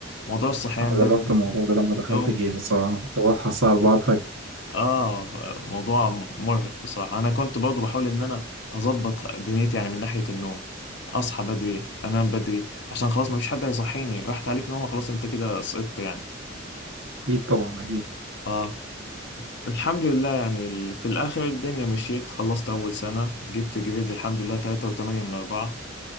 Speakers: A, on the left; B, on the right.
A: فموضوع الصحيان
B: انا جربت
A: بدري
B: الموضوع ده لما دخلت
A: النوم
B: الجيش الصراحه انا كنت بصحى الساعه 4 الفجر
A: اه موضوع مرهق بصراحة انا كنت برضو بحاول ان انا اظبط دنيتي يعني من ناحية النوم اصحى بدري انام بدري عشان خلاص ما فيش حد هيصحيني راحت عليك نومة خلاص انت كده سقطت يعني
B: اكيد طبعا اكيد
A: اه الحمد لله يعني ال- في الاخر الدنيا مشيت خلصت اول سنة جبت جريد الحمد لله 3.8 من 4